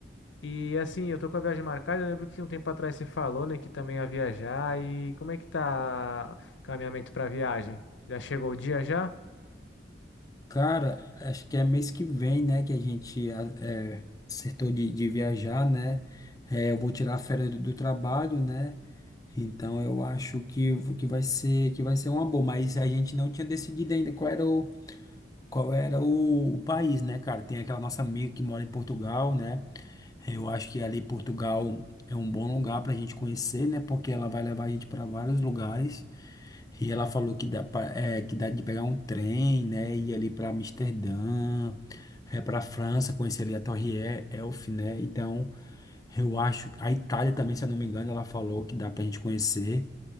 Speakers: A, on the left (about 90°); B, on the left (about 20°).
A: E assim, eu tô com a viagem marcada. Eu lembro que um tempo atrás você falou, né? Que também ia viajar. E como é que tá o caminhamento pra viagem? Já chegou o dia já?
B: Cara, acho que é mês que vem, né, que a gente a- é, acertou de, de viajar, né? É, eu vou tirar a férias do, do trabalho, né? Então eu acho que, v- que vai ser que vai ser uma boa, mas a gente não tinha decidido ainda qual era o, qual era o, o país, né, cara? Tem aquela nossa amiga que mora em Portugal, né? Eu acho que ali Portugal é um bom lugar para a gente conhecer, né? Porque ela vai levar a gente para vários lugares. E ela falou que dá, pra- é, que dá de pegar um trem, né? Ir ali para Amsterdã, é, para França, conhecer ali a Torre E- Eiffel, né? Então, eu acho. A Itália também, se eu não me engano, ela falou que dá para a gente conhecer.